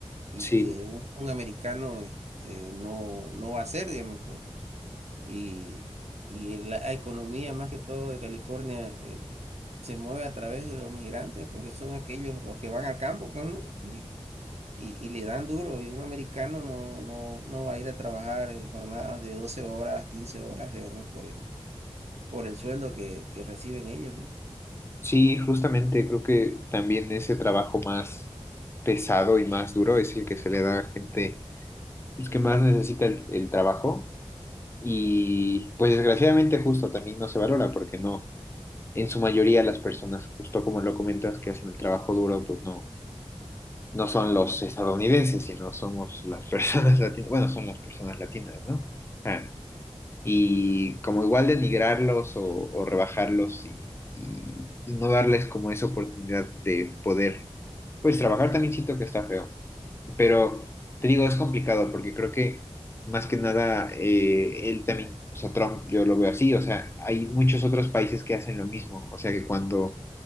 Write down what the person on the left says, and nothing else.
Sí,
sí, justamente creo que también ese trabajo más pesado y más duro es el que se le da a gente pues, que más necesita el, el trabajo y pues desgraciadamente justo también no se valora porque no, en su mayoría las personas, justo como lo comentas, que hacen el trabajo duro, pues no. no son los estadounidenses, sino somos las personas <laughs> latinas, bueno, son las personas latinas, ¿no? Ah, y como igual denigrarlos o, o rebajarlos y, y- y no darles como esa oportunidad de poder, pues trabajar también siento que está feo, pero te digo, es complicado porque creo que más que nada eh, él también, o sea, Trump, yo lo veo así, o sea, hay muchos otros países que hacen lo mismo, o sea, que cuando